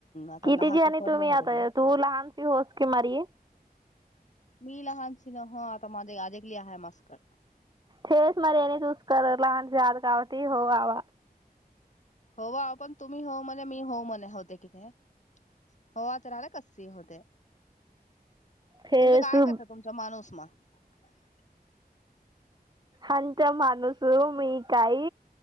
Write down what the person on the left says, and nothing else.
आता
लहा
क पडल्या
होत
मी लहान सन आता माझे आ लि आहे मस्कर
होवा पण तुम्ही हो म्हणे मी हो म्हणे होते किथे होवा तर आला कसस होते
तुमचे काय करता तुमचा माणूस म अच्छा